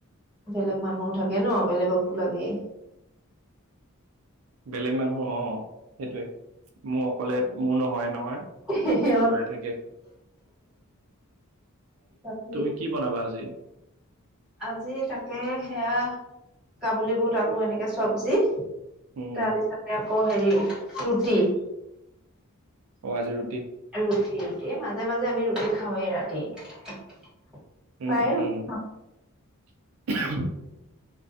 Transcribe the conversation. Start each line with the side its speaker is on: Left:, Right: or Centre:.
Centre: বেলেগ মানুহো থাকে ন', বেলেগকটো লাগেই।
Right: বেলেগ মানুহ অ' সেইটোয়ে। মোৰ অকলেত মোৰ নহয়ে নহয়।
Centre: সেই
Right: চবৰে থাকে
Centre: বাকী
Right: তুমি কি বনাবা আজি
Centre: আজি তাকে সেয়া কাবুলী বুত আলু এনেকে চব্জি
Right: উম
Centre: তাৰপিছতে অ', হেৰি ৰুটি
Right: অ', আজিৰ
Centre: ৰুটি মাজে মাজে আমি ৰুটি খাওঁৱেই ৰাতি <inaudible>
Right: উম
Centre: পায়
Right: উম
Centre: উঠ
Right: উম
Centre: <inaudible>
Right: <unintelligible>